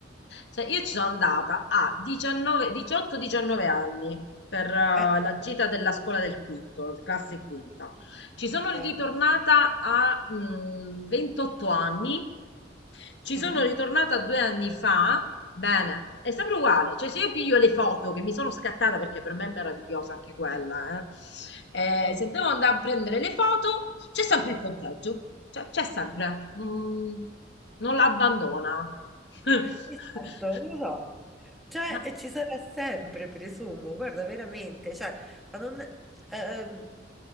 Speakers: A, on the left; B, in the centre.
A: Cioè, io ci sono andata a 19, 18-19 anni per eh,
B: Eh,
A: la gita della scuola del quinto, classe quinta. Ci sono
B: eh.
A: ritornata a mm, 28 anni. Ci
B: Mh,
A: sono ritornata due anni fa. Bene, è sempre uguale. Cioè, se io piglio le foto che mi sono scattata, perché per me è meravigliosa anche quella, eh,
B: è
A: eh, se devo andare a prendere le foto, c'è sempre il punteggio. Cioè, c'è sempre. Non, non la abbandona. <laughs>
B: Esatto, lo so. Cioè,
A: Ma-
B: e ci sarà sempre, presumo, guarda, veramente, cioè, ma non- ehm,